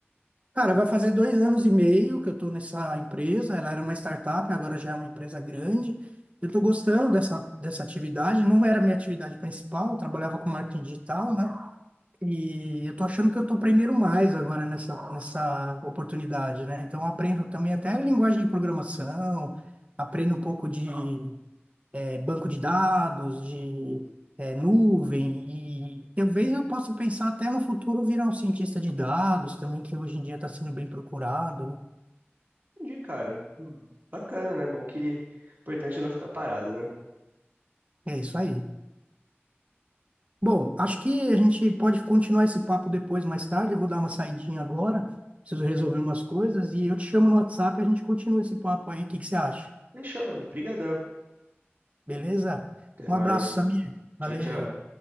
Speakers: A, on the right; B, on the right.
A: Cara, vai fazer dois anos e meio que eu estou nessa empresa. Ela era uma startup, agora já é uma empresa grande. Eu estou gostando dessa, dessa atividade. Não era minha atividade principal, eu trabalhava com marketing digital, né? E eu estou achando que eu estou aprendendo mais agora nessa, nessa oportunidade, né? Então, eu aprendo também até linguagem de programação, aprendo um pouco de é, banco de dados, de é, nuvem, e talvez eu possa pensar até no futuro virar um cientista de dados também, que hoje em dia está sendo bem procurado, né?
B: Entendi, cara. Hum, Bacana, né? Bom que o importante é não ficar parado, né?
A: É isso aí. Bom, acho que a gente pode continuar esse papo depois, mais tarde. Eu vou dar uma saidinha agora, preciso resolver umas coisas, e eu te chamo no WhatsApp e a gente continua esse papo aí. O que que você acha?
B: Fechou, mano. Brigadão.
A: Beleza?
B: Até
A: Um
B: mais.
A: abraço, Samir. Valeu.
B: Tchau, tchau.